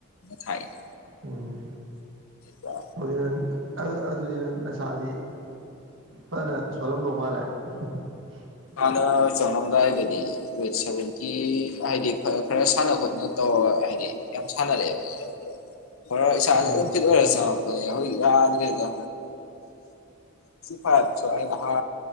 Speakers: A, on the left (about 85°); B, on the right (about 70°).
A: ꯇꯥꯏꯃꯤꯡ
B: ꯎꯝ
A: ꯊ
B: ꯑꯗꯨꯗꯤ ꯅꯪ ꯑꯗꯨꯗꯤ ꯅꯪ ꯅꯁꯥꯗꯤ ꯐꯅ ꯁꯣꯜꯂꯝꯗꯧ ꯃꯥꯜꯂꯦ ꯇꯥꯁꯦ <inaudible>
A: ꯍꯥꯟꯅ ꯆꯪꯉꯝꯗꯥꯏꯗꯗꯤ ꯋꯦꯠ ꯁꯚꯦꯟꯇꯤ ꯍꯥꯏꯗꯤ ꯈꯔ ꯁꯥꯟꯅ ꯈꯣꯠꯅ ꯇꯧꯔꯒ ꯍꯥꯏꯗꯤ ꯌꯥꯝ ꯁꯥꯟꯅꯔꯛꯑꯦꯕ ꯍꯣꯔ ꯏꯁꯥꯥꯁ
B: ꯎꯝ
A: ꯑꯗꯨꯝ ꯐꯤꯠ ꯑꯣꯏꯔꯁꯨ ꯆꯪꯉꯛꯄꯅꯦ ꯍꯧꯖꯤꯛ ꯌꯥꯗꯗ ꯐꯥꯏꯠꯁꯨ ꯍ